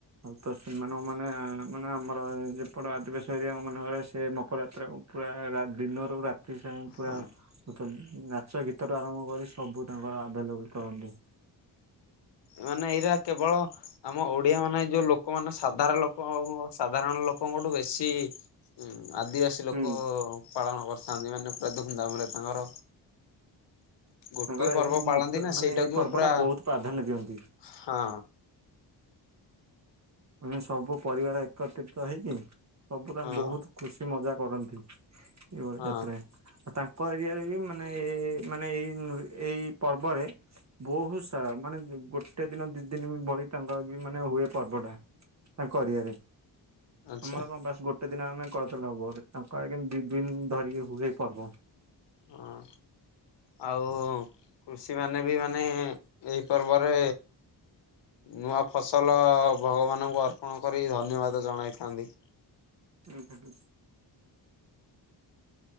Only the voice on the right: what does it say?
ଆଉ ତ ସେମାନଙ୍କ, ମାନେ ମାନେ ଆମର ଯେପଟେ ଆଦିବାସୀ ଏରିଆ ମାନଙ୍କରେ, ସେ ମକର ଯାତ୍ରା ପୁରା ଦିନରୁ ରାତି। ସେଥିପାଇଁ ପୁରା
ନାଚ, ଗୀତଠୁ ଆରମ୍ଭ କରି ସବୁ ତାଙ୍କର ଆଭେଲେବୁଲ୍ କରନ୍ତି।
ହୁଁ।
ତାଙ୍କର
ଏଇ
ନୃତ୍ୟ
ମାନେ
ଏଇ ପର୍ବ
ଟା ବହୁତ ପ୍ରାଧାନ୍ୟ ଦିଅନ୍ତି
ମାନେ ସବୁ ପରିବାର ଏକତ୍ରିତ ହେଇକି ସବୁ ପୁରା
ବହୁତ ଖୁସି ମଜା କରନ୍ତି, ଏଇଭଳିଆ
ଯାତ୍ରା। ଆଉ ତାଙ୍କ ତାଙ୍କ ଏରିଆରେ ବି ମାନେ, ଏ, ମାନେ ଏଇ ଏଇ ପର୍ବରେ ବହୁତ ସାରା, ମାନେ ଗୋଟେ ଦିନ, ଦି ଦିନ ଭଳି ତାଙ୍କର ବି ମାନେ ହୁଏ ପର୍ବ ଟା। ତାଙ୍କ ଏରିଆରେ
ଆମର କଣ ବାସ୍ ଗୋଟେ ଗୋଟେ ଦିନ ଆମେ କରିଦେଲେ ହବ କ ଦୁଇ ଦିନ ଧରି ହୁଏ ପର୍ବ।
ହୁଁ, ହୁଁ, ହୁଁ।